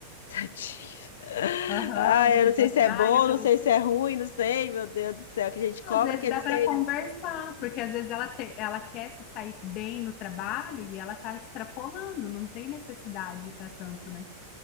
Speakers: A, on the left; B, on the left.
A: Tadinha.
B: Aham,
A: Ah, eu
B: tipo
A: não sei
B: assim,
A: se é
B: ai,
A: bom,
B: eu tô
A: não sei se é ruim, não sei, meu Deus do céu, que a gente cobra
B: Às vezes
A: que eles
B: dá para
A: têm,
B: conversar, porque às vezes ela, te- ela quer se sair bem no trabalho e ela está extrapolando, não tem necessidade para tanto, né?